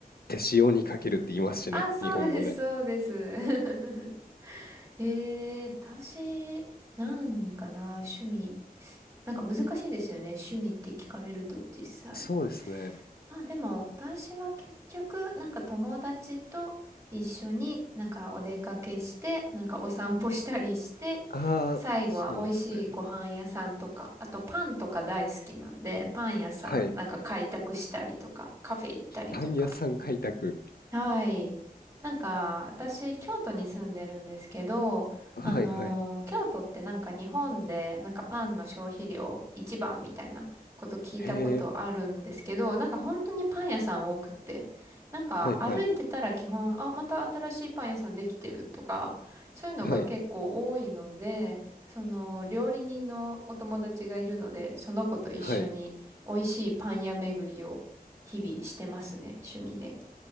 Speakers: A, on the left (about 75°); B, on the right (about 20°).
A: 手塩にかけるって言いますしね、
B: あ、そうです、
A: 日本語で。
B: そうです。<laughs> えー、私、何かな、趣味。なんか難しいですよね。趣味って聞かれると実際。
A: そうですね。
B: まあでも私は結局なんか友達と一緒になんかお出かけしてなんかお散歩したりして
A: ああ、
B: 最後は美味しいご飯屋さんとかあとパンとか大好きなんでパン屋さんなんか開拓したりとかカフェ行ったりとか
A: そうですね。はい。パン屋さん開拓。
B: はい。なんか、私、京都に住んでるんですけど、
A: はいはい。
B: あのー京都ってなんか日本で、なんかパンの消費量一番みたいなこと聞いたことあるんですけど、
A: へえ、
B: なんか本当にパン屋さん多くって、なんか歩いてたら基本、
A: はいはい。
B: あ、また新しいパン屋さんできてるとか、そういうのが結構多いので、
A: はい。
B: その、料理人のお友達がいるので、その子と一緒に美味しいパン屋巡りを日々してますね、
A: はい。
B: 趣味で。